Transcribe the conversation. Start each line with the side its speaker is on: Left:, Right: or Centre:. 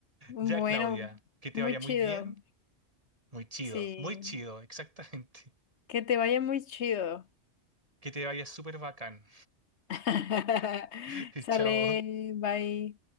Left: Bueno,
Right: Ya, Claudia, que te
Left: muy
Right: vaya
Left: chido.
Right: muy bien. Muy chido,
Left: Sí.
Right: muy chido, exactamente.
Left: Que te vaya muy chido.
Right: Que te vaya súper bacán.
Left: <laughs>
Right: <laughs>
Left: Sale,
Right: Chao.
Left: bye.